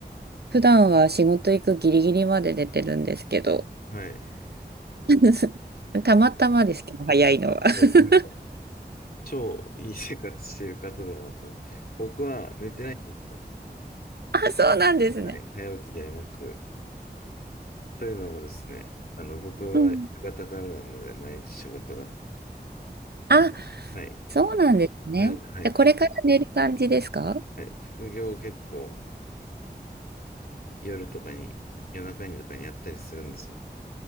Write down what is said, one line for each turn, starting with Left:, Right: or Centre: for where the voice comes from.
Right: 普段は仕事行くギリギリまで寝てるんですけど、
Left: はい。す
Right: <laughs> たまたまですけど、早いのは。<laughs>
Left: ごい、なんか、超いい生活してる方だなと思って。僕は寝てないんですよ。
Right: あ、そうなんですね。
Left: はい、早起きではなく。というのもですね、あの、僕は夕方からなので、
Right: うん。
Left: 毎日仕事が。
Right: あ、
Left: はい。
Right: そうなんですね。
Left: なので、はい、
Right: で、これから寝る感じですか
Left: け、はい、副業を結構夜とかに、夜中にとかにやったりするんですよ。